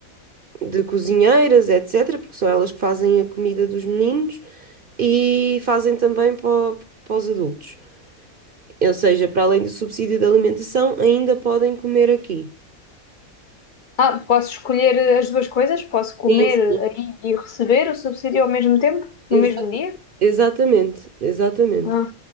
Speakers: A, on the right; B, on the left.
A: de cozinheiras, etc., porque são elas que fazem a comida dos meninos e fazem também para, para os adultos. Ou seja, para além do subsídio de alimentação, ainda podem comer aqui.
B: Ah, posso escolher as duas coisas? Posso comer
A: Sim,
B: aí e receber o subsídio ao mesmo tempo? No
A: sim,
B: mesmo dia?
A: Exatamente, exatamente.
B: Ah,